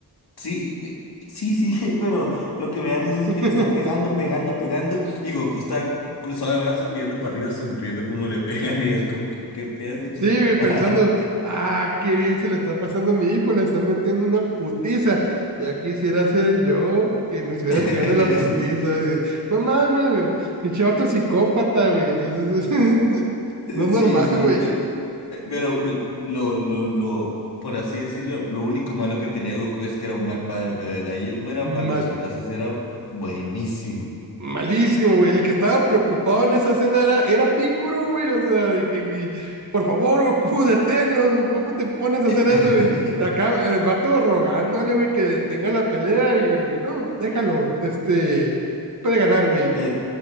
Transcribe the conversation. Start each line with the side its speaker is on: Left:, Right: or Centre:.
Left: Sí, eh, sí, sí, <laughs> pero lo que me da risa es
Right: <laughs>
Left: que le está pegando, pegando, pegando, y Goku está cruzado de brazos viendo para arriba, sonriendo como le <laughs> pegan, y es como, ¿qué, qué pedo con
Right: Sí,
Left: su papá?
Right: güey, pensando, ah, qué bien se la está pasando a mi hijo, le está metiendo una putiza. Ya quisiera ser yo que me estuvieran
Left: <laughs>
Right: pegando la putiza.
Left: Sí,
Right: güey. No mames, güey. Pinche vato psicópata, güey. O sea, es- es- <laughs>
Left: sí,
Right: no es normal,
Left: sí,
Right: güey.
Left: pero, pero, eh, lo, lo, lo, por así decirlo, lo único malo que tenía Goku es que era un mal padre, pero de ahí en fuera para
Right: Mal.
Left: los chingazos era buenísimo.
Right: Malísimo, güey. El que estaba preocupado en esa escena era, era Picoro, güey. O sea, dije, güey, por favor, Goku, deténlos. ¿Cómo te pones a
Left: <laughs>
Right: hacer eso, güey? Acá el vato rogándole, güey, que detenga la pelea y el güey, no, déjalo. Este, puede ganar, güey.
Left: Eh,